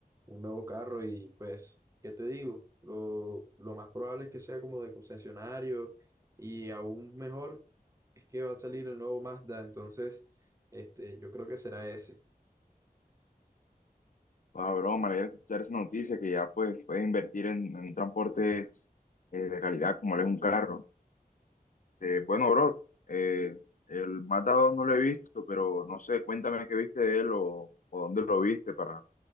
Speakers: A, on the right; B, on the left.
A: un nuevo carro y pues, ¿qué te digo? Lo, lo más probable es que sea como de concesionario y aún mejor es que va a salir el nuevo Mazda, entonces este, yo creo que será ese.
B: Ah, bro, me alegra escuchar esa noticia que ya pues puedes invertir en, en un transporte eh, de calidad como lo es un carro. Eh, bueno, bro, eh, el Mazda 2 no lo he visto, pero no sé, cuéntame qué viste de él o, o dónde lo viste para más